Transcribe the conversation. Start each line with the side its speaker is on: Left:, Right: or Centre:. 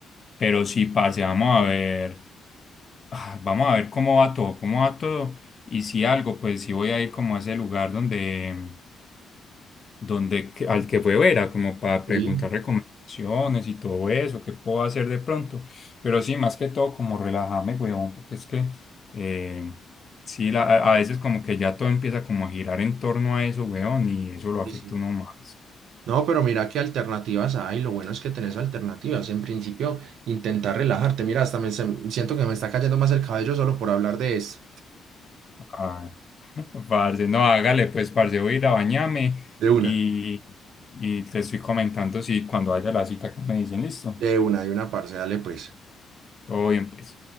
Left: Pero si parce, vamos a ver, ah, vamos a ver cómo va todo, cómo va todo. Y si algo, pues si voy a ir como a ese lugar donde, donde que- al que fue a ver, a como para preguntar
Right: Sí,
Left: recomendaciones y todo eso, qué puedo hacer de pronto. Pero sí, más que todo, como relajarme, huevón, porque es que eh, sí, la- a, a veces como que ya todo empieza como a girar en torno a eso, huevón, y eso lo afecta
Right: sí, sí.
Left: uno más.
Right: No, pero mira qué alternativas hay. Lo bueno es que tenés alternativas. En principio, intentar relajarte. Mira, hasta me, se- siento que me está cayendo más el cabello solo por hablar de esto.
Left: Ay, <laughs> parce, no, hágale, pues, parce, voy a ir a bañarme
Right: De una.
Left: y, y te estoy comentando si cuando haya la cita que me dicen, listo,
Right: De una, de una, parce, dale pues.
Left: todo bien, pues.